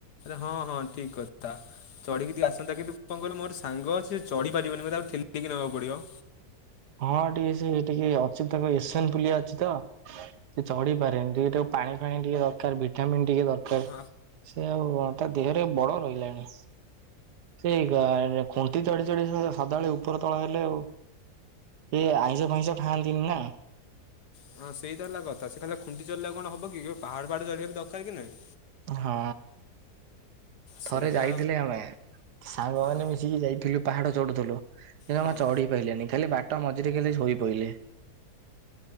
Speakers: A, on the left; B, on the right.
A: ହଁ ହଁ ଠିକ୍ କଥା। ଚଢିକିି ଟିକେ ଆସନ୍ତା କିନ୍ତୁ କଁ କହିଲୁ ମୋ ଗୋଟେ ସାଙ୍ଗ ଅଛି ସିଏ ଚଢି ପାରିବନି ମତେ ଆଉ ଠେଲିକି ନବାକୁ ପଡିବ।
B: ହଁ ଟିକେ ସେ ଟିକେ ଅଛି ତାଙ୍କ ଏସେନ ପୁଲିଆ ଅଛି ତ। ସିଏ ଚଢି ପାରେନି ଟିକେ ତାକୁ ପାଣି ଫାଣି ଟିକେ ଦରକାର ଭିଟାମିନ ଟିକେ ଦରକାର।
A: ହଁ
B: ଏ ଆଉ ତା ଦେହେରେ ବଳ ରହିଲାଣି। ସେଇ ଗାଁରେ ଖୁଣ୍ଟି ଚଢି ଚଢି ସ ସଦାବେଳେ ଉପର ତଳ ହେଲେ ଆଉ। ଇଏ ଆଇଁଷ ଫାଇଁଷ ଖାଆନ୍ତିନି ନା।
A: ହ <inaudible> ହଁ ସେଇ ତ ହେଲା କଥା ସିଏ ଖାଲି ଆଉ ଖୁଣ୍ଟି ଚଢିଲେ ଆଉ କଣ ହବ କି କେବେ ପାହାଡ ଫାଆଡ ଚଢିବା ବି ଦରକାର କି ନାଇଁ।
B: ହଁ।
A: ସେଇଟା
B: ଥରେ ଯାଇଥିଲେ ଆମେ ସାଙ୍ଗମାନେ
A: ହଁ
B: ମିଶିକି ଯାଇଥିଲୁ ପାହାଡ ଚଢୁଥୁଲୁ। ସିଏ
A: ହଁ।
B: ଜମା ଚଢି ପାଇଲେନି ଖାଲି ବାଟ ମଝିରେ ଖାଲି ଶୋଇପଇଲେ।